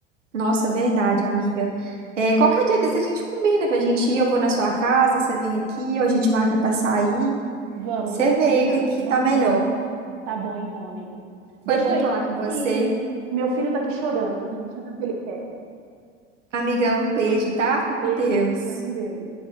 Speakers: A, on the right (about 75°); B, on the right (about 50°).
A: Nossa, verdade, amiga. É, qualquer dia desse a gente combina pra gente ir, eu vou na sua casa, você vem aqui, ou a gente marca pra sair.
B: Vamos,
A: Você
B: vamos
A: vê
B: combinar,
A: aí o que é que
B: vamos
A: tá melhor.
B: combinar. Tá bom então, amiga. Deixa
A: Foi bom
B: eu
A: falar
B: ir lá
A: com você.
B: que meu filho tá aqui chorando. menina. Deixa eu ver o que ele quer.
A: Amiga, um beijo, tá? Fica com
B: Beijo,
A: Deus.
B: fica com Deus.